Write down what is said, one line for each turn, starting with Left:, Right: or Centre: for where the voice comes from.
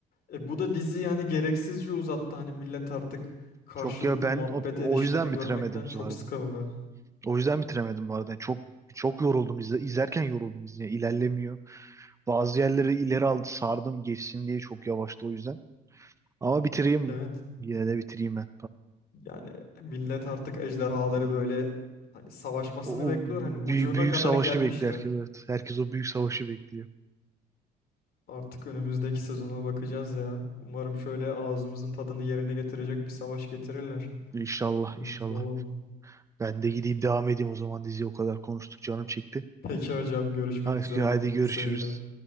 Left: e, bu da diziyi hani gereksizce uzattı. Hani millet artık karşılıklı
Right: Çok ya ben
Left: muhabbet
Right: o, o
Left: edişlerini
Right: yüzden bitiremedim
Left: görmekten çok
Right: bu arada.
Left: sıkıldı.
Right: O yüzden bitiremedim bu arada. Yani çok çok yoruldum izle, izlerken yoruldum izle, ilerlemiyor. Bazı yerleri ileri aldı sardım geçsin diye çok yavaştı o yüzden. Ama bitireyim.
Left: Evet.
Right: Yine de bitireyim ben.
Left: Yani millet artık ejderhaları
Right: Bak.
Left: böyle hani savaşmasını
Right: O,
Left: bekliyor.
Right: o büyük,
Left: Hani ucuna
Right: büyük
Left: kadar
Right: savaşı
Left: gelmişler.
Right: bekliyor herkes. Evet. Herkes o büyük savaşı bekliyor.
Left: Artık önümüzdeki sezona bakacağız ya. Umarım şöyle ağzımızın tadını yerine getirecek bir savaş getirirler.
Right: İnşallah,
Left: Bir mutlu
Right: inşallah.
Left: olalım.
Right: Ben de gideyim devam edeyim o zaman diziyi o kadar konuştuk canım çekti.
Left: Peki hocam görüşmek
Right: Hadi,
Left: üzere
Right: hadi
Left: o zaman
Right: görüşürüz.
Left: iyi seyirler.